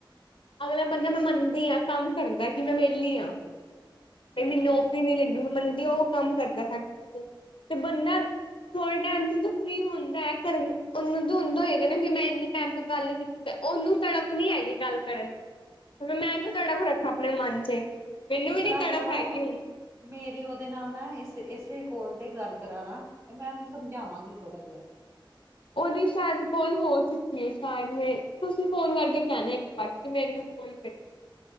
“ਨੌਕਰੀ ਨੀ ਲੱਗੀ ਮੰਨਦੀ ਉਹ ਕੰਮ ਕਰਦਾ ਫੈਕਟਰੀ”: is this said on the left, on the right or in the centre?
Left